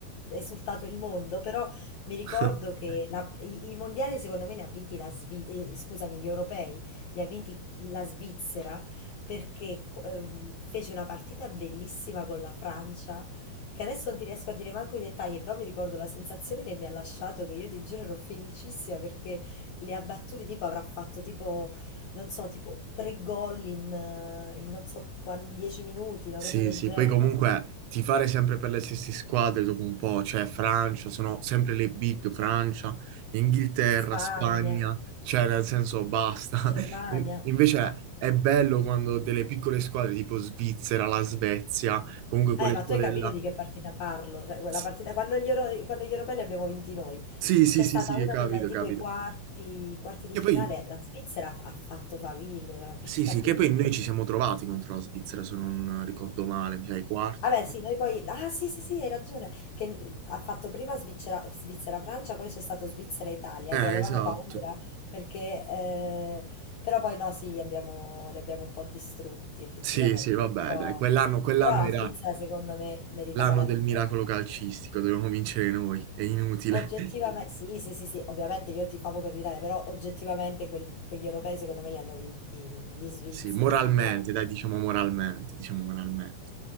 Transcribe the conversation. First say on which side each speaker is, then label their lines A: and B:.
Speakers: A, on the left (about 70°); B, on the right (about 80°).
A: esultato il mondo, però mi ricordo
B: <laughs>
A: che la- i, i mondiali secondo me li ha vinti la Svi- eh, scusami, gli europei li ha vinti la Svizzera perché co- ehm, fece una partita bellissima con la Francia. Che adesso non ti riesco a dire manco i dettagli, però mi ricordo la sensazione che mi ha lasciato, che io ti giuro ero felicissima perché li ha battuti, tipo avrà fatto tipo non so, tipo tre gol in, eh, in non so quanti, 10 minuti, una
B: Sì,
A: cosa del
B: sì, sì,
A: genere.
B: poi comunque tifare sempre per le stesse squadre dopo un po', cioè Francia, sono sempre le big Francia, Inghilterra,
A: Spagna,
B: Spagna, cioè nel senso basta.
A: Germania.
B: <laughs> In- Invece è bello quando delle piccole squadre tipo Svizzera, la Svezia, comunque quelle
A: Eh, ma
B: squadre
A: tu hai capito
B: là.
A: di che partita parlo? Cioè, quella
B: Sì,
A: partita, quando gli, Euro- quando gli europei li abbiamo vinti noi,
B: sì, sì,
A: c'è
B: sì,
A: stata
B: sì,
A: una
B: capito,
A: delle tipo
B: capito.
A: i quarti, i quarti di
B: Che
A: finale,
B: poi,
A: la Svizzera ha ha fatto faville, era una partita
B: sì, sì,
A: bellissima.
B: che poi noi ci siamo trovati contro la Svizzera, se non ricordo male, mi sa i quarti.
A: Vabbè, sì, noi poi. Ah, sì, sì, sì, hai ragione. Che ha fatto prima Svizzera, Svizzera-Francia, poi c'è stato Svizzera-Italia,
B: Eh,
A: che avevamo
B: esatto.
A: paura perché. eh, Però poi no, sì, abbiamo- li abbiamo un po' distrutti effettivamente.
B: Sì, sì, vabbè,
A: Però,
B: dai, quell'anno quell'anno
A: però
B: era
A: la Svizzera secondo me meritava
B: l'anno
A: la
B: del
A: vittoria.
B: miracolo calcistico, dovevamo vincere noi, è inutile.
A: Oggettivamente,
B: <laughs>
A: sì, sì, sì, sì, ovviamente io tifavo per l'Italia, però oggettivamente quel- quegli europei secondo me li hanno vinti gli svizzeri,
B: Sì, moralmente,
A: grandissimi.
B: dai, diciamo moralmente, diciamo moralmente.